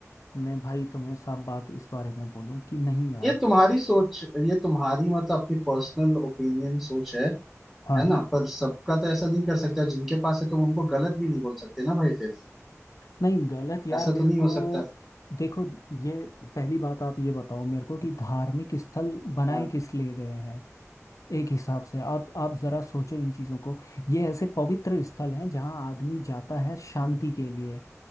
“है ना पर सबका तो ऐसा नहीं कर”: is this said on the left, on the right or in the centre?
Centre